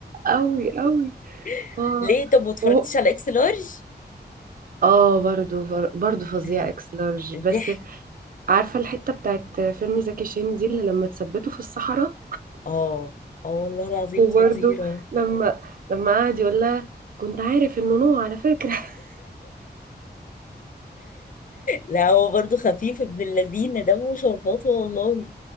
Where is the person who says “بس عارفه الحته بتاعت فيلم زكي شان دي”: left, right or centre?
Right